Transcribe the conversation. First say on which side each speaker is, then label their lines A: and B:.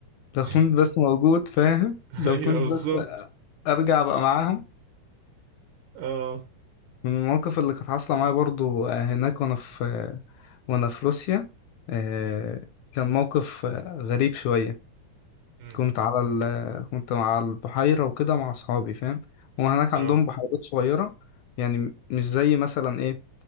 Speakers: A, on the left (about 75°); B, on the right (about 80°).
A: لو
B: <laughs>
A: كنت بس موجود فاهم لو
B: ايوه
A: كنت
B: بالظبط
A: بس ارجع بقى معاهم
B: اه
A: من المواقف اللي كانت حاصله معايا برضو هناك وانا في وأنا في روسيا آه،
B: امم
A: كان موقف آه، غريب شوية
B: امم
A: كنت على ال... كنت على البحيرة وكده مع أصحابي فاهم هما هناك عندهم
B: اه
A: بحيرات صغيرة يعني مش زي مثلا إيه